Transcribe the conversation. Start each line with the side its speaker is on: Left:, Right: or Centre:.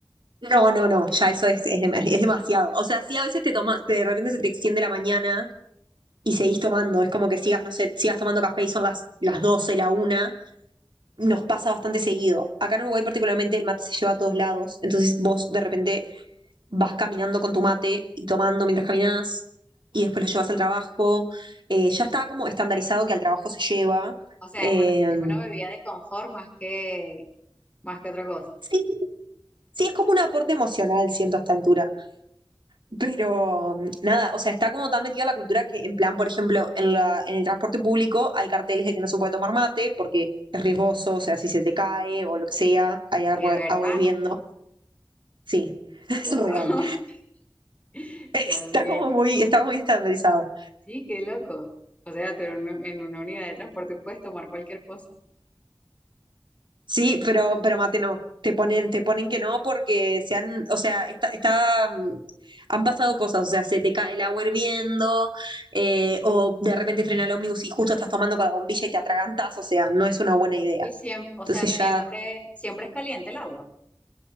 Right: No, no, no, ya eso es, es, dem- es demasiado. O sea, sí, a veces te tomas, de repente se te extiende la mañana y seguís tomando. Es como que sigas, no sé, sigas tomando café y son las, las doce la una Nos pasa bastante seguido. Acá en Uruguay, particularmente, el mate se lleva a todos lados. Entonces, vos de repente vas caminando con tu mate y tomando mientras caminas y después lo llevas al trabajo. Eh, ya está como estandarizado
Left: Ok.
Right: que al trabajo se lleva.
Left: O sea,
Right: Eh,
Left: es una, es una bebida de confort más que, más que otra cosa.
Right: sí, sí, es como un aporte emocional, siento a esta altura. Pero mm, nada, o sea, está como tan metida la cultura que en plan, por ejemplo, en la, en el transporte público hay carteles de que no se puede tomar mate porque es riesgoso, o sea, si se te cae o lo que sea, hay agua,
Left: De verdad.
Right: agua hirviendo. Sí, <laughs> es
Left: Wow.
Right: real.
Left: <laughs> Wow. Está
Right: Está
Left: bien.
Right: como muy, está muy estandarizado.
Left: Sí, qué loco. O sea, tú en una, en una unidad de transporte puedes tomar cualquier cosa.
Right: Sí, pero, pero mate no. Te ponen, te ponen que no porque se han, o sea, está, está, mm, han pasado cosas, o sea, se te cae el agua hirviendo, eh, o de repente frena el ómnibus y justo estás tomando con la bombilla y te atragantas, o sea, no es una buena idea.
Left: Y siempre, o
Right: Entonces
Left: sea, siempre,
Right: ya,
Left: siempre es caliente el agua.